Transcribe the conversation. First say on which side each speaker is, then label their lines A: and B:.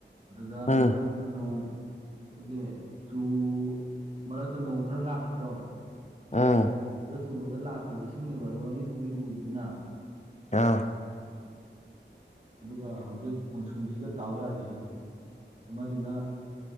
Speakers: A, on the right; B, on the left.
A: ꯑꯗꯨꯗ
B: ꯎꯝ
A: ꯃꯔꯛꯇ ꯅꯣꯡ ꯑꯩꯈꯣꯏꯒꯤ ꯆꯨ ꯃꯔꯛꯇ ꯅꯣꯡ ꯈꯔ ꯂꯥꯛꯈꯤꯗ꯭ꯔꯣ
B: ꯎꯝ
A: ꯑꯗꯨꯗ ꯆꯨꯕꯗ ꯂꯥꯛꯈꯤꯕ ꯏꯁꯤꯡꯅꯦꯕ ꯑꯗꯣ ꯑꯅꯤ ꯊꯣꯛꯗꯤ ꯎꯔꯤꯗꯨꯅ
B: ꯑꯥ
A: ꯑꯗꯨꯒ ꯍꯧꯖꯤꯛ ꯃꯨꯟꯁꯨꯟꯁꯤꯒ ꯇꯥꯎ ꯌꯥꯗ꯭ꯔꯤꯁꯤꯅꯤ ꯑꯃꯗꯨꯅ